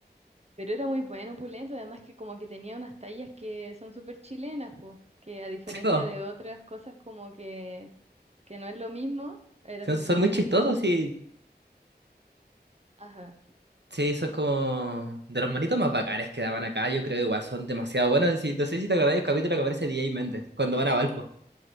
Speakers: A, on the right (about 40°); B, on the right (about 80°).
A: Pero era muy bueno, pulento, además que como que tenía unas tallas que son súper chilenas, pues, que a diferencia
B: Sí, po,
A: de otras cosas como que que no es lo mismo, era
B: Son,
A: súper
B: son
A: divertida.
B: muy chistosos y
A: Ajá.
B: sí, son como de los monitos más bacanes que daban acá, yo creo igual son demasiado buenos. Sí, no sé si te acordás del capítulo que aparece DJ Méndez cuando van a Valpo.